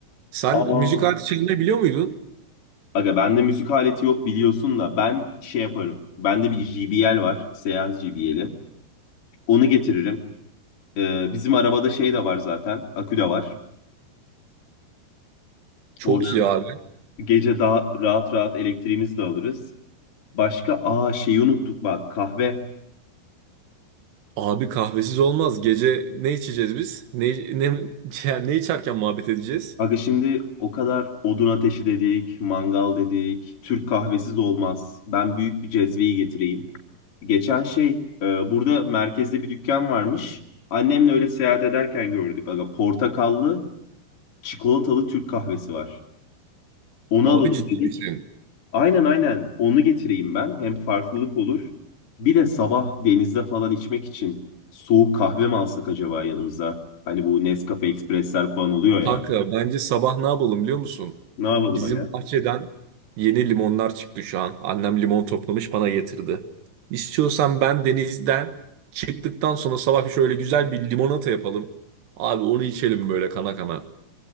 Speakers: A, on the right; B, on the left.
A: Sen
B: Aa.
A: müzik aleti çalmayı biliyor muydun?
B: Aga bende müzik aleti yok biliyorsun da ben şey yaparım. Bende bir JBL var. Seyaz JBL'i. Onu getiririm. Ee, bizim arabada şey de var zaten. Akü de var.
A: Çok
B: Oradan
A: iyi abi.
B: gece daha rahat rahat elektriğimizi de alırız. Başka aa şeyi unuttuk bak kahve.
A: Abi kahvesiz olmaz. Gece ne içeceğiz biz? Ne ne <laughs> yani ne içerken muhabbet edeceğiz?
B: Aga şimdi o kadar odun ateşi dedik, mangal dedik. Türk kahvesiz olmaz. Ben büyük bir cezveyi getireyim. Geçen şey e, burada merkezde bir dükkan varmış. Annemle öyle seyahat ederken gördük. Aga portakallı, çikolatalı Türk kahvesi var. Onu
A: Abi
B: alalım
A: ciddi
B: dedik.
A: misin?
B: Aynen aynen onu getireyim ben. Hem farklılık olur. Bir de sabah denizde falan içmek için soğuk kahve mi alsak acaba yanımıza? Hani bu Nescafe Express'ler falan oluyor
A: Kanka
B: ya.
A: bence sabah ne yapalım biliyor musun?
B: Ne yapalım
A: Bizim
B: aga?
A: bahçeden yeni limonlar çıktı şu an. Annem limon toplamış bana getirdi. İstiyorsan ben denizden çıktıktan sonra sabah şöyle güzel bir limonata yapalım. Abi onu içelim böyle kana kana.